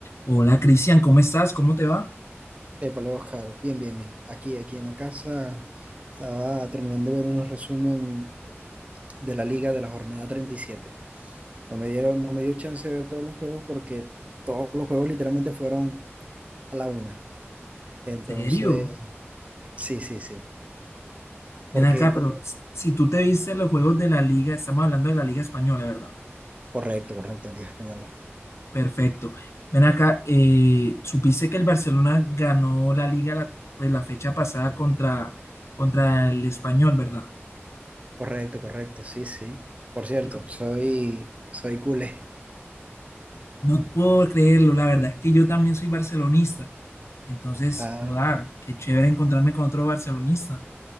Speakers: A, on the left; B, on the right.
A: Hola Cristian, ¿cómo estás? ¿Cómo te va?
B: Épale, Oscar, bien, bien, bien. Aquí, aquí en la casa estaba terminando de ver unos resumen de la liga de la jornada 37. No me dieron, no me dio chance de ver todos los juegos porque todos los juegos literalmente fueron a la una. Entonces,
A: ¿Serio?
B: sí, sí, sí. Porque,
A: Ven acá,
B: co-
A: pero s- si tú te viste los juegos de la liga, estamos hablando de la liga española, ¿verdad?
B: correcto, correcto, Liga Española.
A: Perfecto. Ven acá, eh, ¿supiste que el Barcelona ganó la liga la, pues, la fecha pasada contra, contra el Español, ¿verdad?
B: Correcto, correcto, sí, sí. Por cierto,
A: Y co-
B: soy, soy culé.
A: No puedo creerlo, la verdad es que yo también soy barcelonista. Entonces,
B: Ah,
A: joder, qué chévere encontrarme con otro barcelonista.